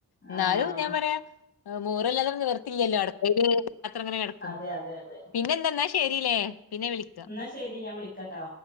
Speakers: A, on the left; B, on the left.
A: എന്നാലും
B: ആഹ്
A: ഞാൻ പറയാ മോറിയില്ലാതെന്ന് നിവർത്തിയില്ലല്ലോ അടുത്ത പാത്രം അങ്ങനെ കെടക്കും
B: അതെ അതെ അതെ
A: പിന്നെ എന്തെന്നാ ശരില്ലേ. പിന്നെ വിളിക്ക
B: എന്നാ ശരി ഞാൻ വിളിക്കാട്ടോ